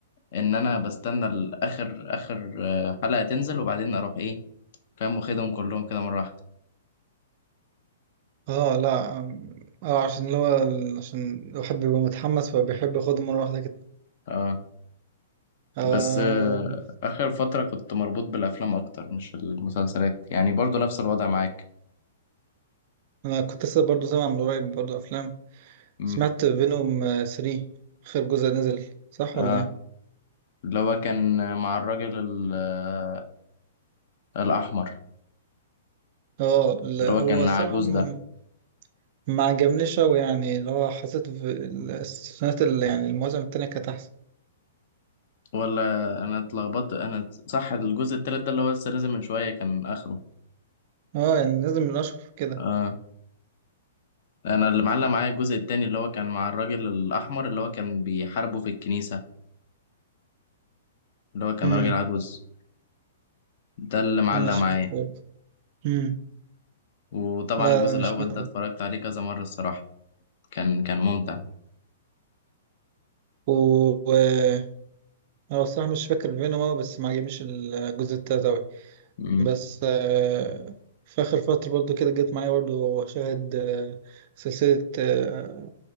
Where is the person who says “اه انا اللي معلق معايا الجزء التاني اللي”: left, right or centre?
Left